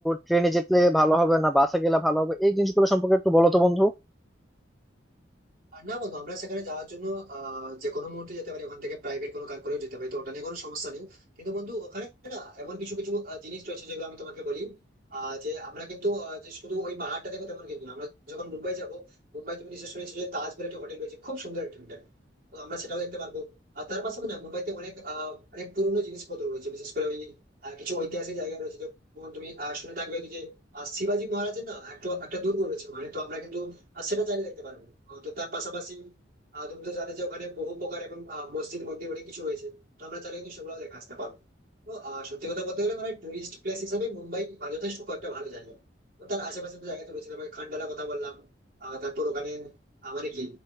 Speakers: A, in the centre; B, on the right (about 50°).
A: ট্রেনে যেতে ভালো হবে না বাসে গেলে ভালো হবে এই জিনিসগুলো সম্পর্কে একটু বলো তো বন্ধু
B: আর না বন্ধু আমরা সেখানে যাওয়ার জন্য আহ যে কোনো মুহূর্তে যেতে পারি ওখান থেকে প্রাইভেট কোনো কার করেও যেতে পারি তো ওটা নিয়ে কোনো সমস্যা নেই কিন্তু বন্ধু ওখানে না এমন কিছু কিছু আহ, জিনিস রয়েছে যেগুলো আমি তোমাকে বলি আহ যে আমরা কিন্তু আহ, যে শুধু ওই পাহাড়টা দেখো তেমন কিন্তু না। আমরা যখন মুম্বাই যাব মুম্বাই তুমি নিশ্চয় শুনেছো যে তাজমহল একটা হোটেল রয়েছে খুব সুন্দর একটা হোটেল তো আমরা সেটাও দেখতে পারবো আর তার পাশাপাশি না মুম্বাইতে অনেক আহ অনেক পুরোনো জিনিসপত্র রয়েছে বিশেষ করে ওই আহ, কিছু ঐতিহাসিক জায়গা রয়েছে যেমন তুমি আহ, শুনে থাকবে যে আহ, শিবাজি মহারাজের না একটা একটা দুর্গ রয়েছে মানে তো আমরা কিন্তু আর সেটা চাইলে দেখতে পারেন আহ, তো তার পাশাপাশি আহ, তুমি তো জানো যে ওখানে বহু প্রকার এবং আহ, মসজিদ মন্দির অনেক কিছু রয়েছে তো আমরা চাইলে কিন্তু সেগুলো দেখে আসতে পারবো তো আহ, সত্যি কথা বলতে গেলে মানে টুরিস্ট প্লেস হিসেবে মুম্বাই আহ, যথেষ্ট কয়েকটা ভালো জায়গা তো তার আশেপাশে তো জায়গা তো রয়েছে তোমাকে খান্ডালার কথা বললাম আহ, তারপর ওখানে আহ, মানে কি